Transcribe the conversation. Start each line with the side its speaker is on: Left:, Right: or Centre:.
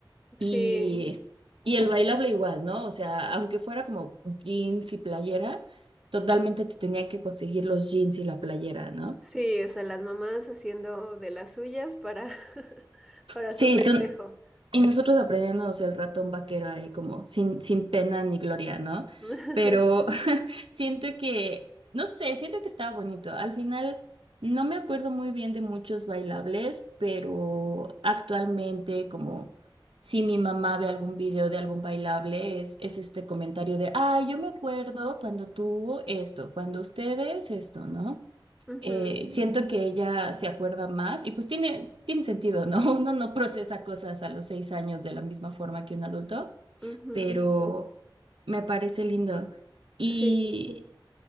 Centre: Sí,
Right: Y, y el bailable igual, ¿no? O sea, aunque fuera como jeans y playera, totalmente te tenían que conseguir los jeans y la playera, ¿no?
Centre: sí, o sea, las mamás haciendo de las suyas para, <laughs> para
Right: Sí,
Centre: su festejo.
Right: tú- y nosotros aprendiéndonos el ratón vaquero ahí como sin, sin pena ni gloria, ¿no?
Centre: <laughs>
Right: Pero Siento que, no sé, siento que estaba bonito. Al final, no me acuerdo muy bien de muchos bailables, pero actualmente, como si mi mamá ve algún video de algún bailable, es, es este comentario de, ah, yo me acuerdo cuando tú esto, cuando ustedes esto, ¿no?
Centre: Ujú,
Right: Eh, siento que ella se acuerda más y pues tiene, tiene sentido, ¿no? <laughs> Uno no procesa cosas a los seis años de la misma forma que un adulto,
Centre: ujú.
Right: pero me parece lindo. Y,
Centre: Sí.